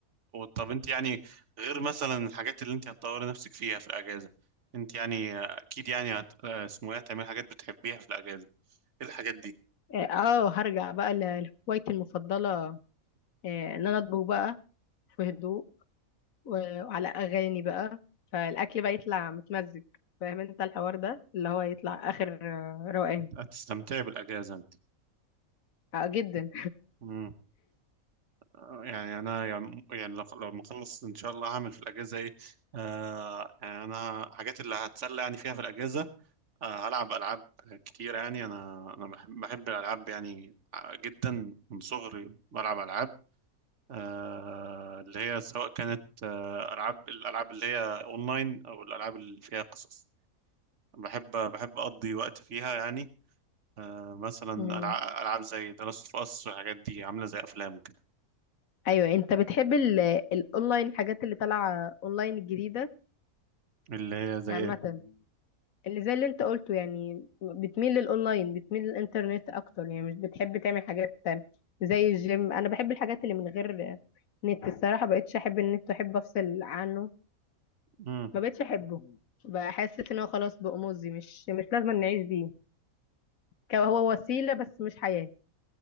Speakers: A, on the right (about 55°); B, on the left (about 70°).
A: طب انت يعني غير مثلا الحاجات اللي انت هتطوري نفسك فيها في الاجازه انت يعني آه، اكيد يعني هت... آه، اسمه ايه هتعملي حاجات بتحبيها في الاجازه ايه الحاجات دي
B: اه هرجع بقى ل- لهوايتي المفضلة آه، ان انا اطبخ بقى في هدوء و- وعلى اغاني بقى فالاكل بقى يطلع متمزج فاهم انت الحوار ده اللي هو يطلع اخر آه، روقان
A: هتستمتعي بالاجازه انت
B: آه، جدا
A: مم. آه، يعني انا يعني يعني لو لو ما اخلص ان شاء الله هعمل في الاجازه ايه آه يعني انا حاجات اللي هتسلى يعني فيها في الاجازه آه، ألعب ألعاب كتير يعني أنا أنا بحب, بحب الألعاب يعني جدا من صغري بلعب ألعاب آه، اللي هي سواء كانت آه، ألعاب الألعاب اللي هي أونلاين أو الألعاب اللي فيها قصص بحب بحب أقضي وقت فيها يعني آه، مثلا
B: مم.
A: ألع- ألعاب زي ذا لاست أوف أس والحاجات دي عاملة زي أفلام كده
B: ايوه انت بتحب ال- الاونلاين الحاجات اللي طالعه اونلاين الجديده
A: اللي هي زي
B: يعني
A: إيه؟
B: عامه اللي زي اللي انت قلته يعني بتميل للاونلاين بتميل للانترنت اكتر يعني مش بتحب تعمل حاجات زي الجيم انا بحب الحاجات اللي من غير نت الصراحه بقتش احب النت احب افصل عنه
A: مم.
B: ما بقتش احبه بحس ان هو خلاص بقى مؤذي مش مش لازم نعيش بيه كان هو وسيلة بس مش حياة